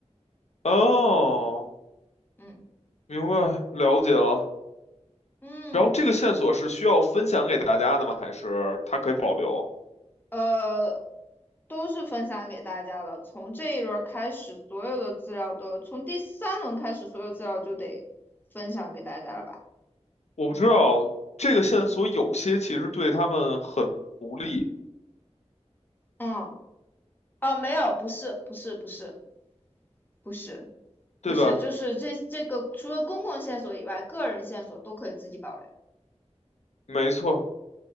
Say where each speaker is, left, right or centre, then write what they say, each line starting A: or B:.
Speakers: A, on the left; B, on the left.
A: 哦，
B: 嗯
A: 明白，了解了。
B: 嗯，
A: 然后这个线索是需要分享给大家的吗？还是他可以保留？
B: 呃，都是分享给大家了。从这一轮开始，所有的资料都，从第三轮开始，所有资料就得分享给大家了吧？
A: 我不知道，这个线索有些其实对他们很不利，
B: 嗯，哦，没有，不是，不是，不是，不是，
A: 对吧？
B: 不是，就是这这个除了公共线索以外，个人线索都可以自己保留。
A: 没错。